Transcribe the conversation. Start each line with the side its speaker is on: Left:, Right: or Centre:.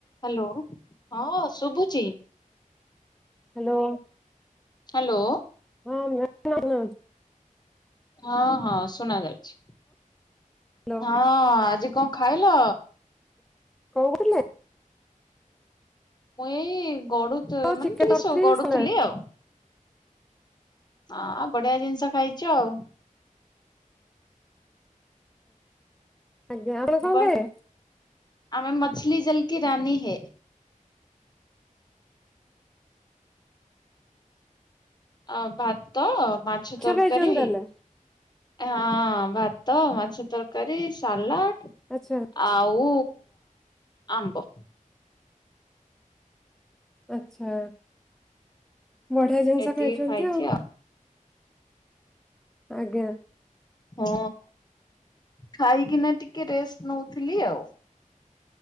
Left: Hello, ହଁ ଶୁଭୁଚି।
Centre: Hello.
Left: Hello.
Centre: ହଁ <inaudible>
Left: ହଁ-ହଁ ଶୁଣା ଯାଉଛି।
Centre: ହାଲୋ।
Left: ହଁ, ଆଜି କଣ ଖାଇଲ?
Centre: କଣ <unintelligible>
Left: ମୁଁ ଏଇ ଗଡୁ
Centre: ହଁ
Left: ମାନେ
Centre: ଚିକେନ
Left: ଟିକେ
Centre: ତରକାରୀ
Left: ଗଡୁଥିଲି
Centre: ସାଲାଡ
Left: ଆଉ। ଆଁ ବଢିଆ ଜିନିଷ ଖାଇଚ ଆଉ।
Centre: ଆଜ୍ଞା ଆପଣ
Left: ମୁଁ
Centre: କଣ
Left: କହ
Centre: ଖାଇବେ?
Left: ଆମେ ମଛଲି ଜଲ୍ କିି ରାନୀ ହେ। ଆଉ ଭାତ, ମାଛ ତରକାରୀ
Centre: ଖାଇଛନ୍ତି ତାହେଲେ
Left: ଏ ହଁ ଭାତ, ମାଛ ତରକାରୀ, ସାଲଟ୍
Centre: ଆଚ୍ଛା।
Left: ଆଉ ଆମ୍ବ।
Centre: ଆଚ୍ଛା, ବଢିଆ ଜିନିଷ
Left: ଏତିକି
Centre: ଖାଇଚନ୍ତି
Left: ଖାଇଛି
Centre: ଆଉ। ଆଜ୍ଞା।
Left: ହଁ, ଖାଇକିନା ଟିକେ ରେଷ୍ଟ ନଉଥିଲି ଆଉ।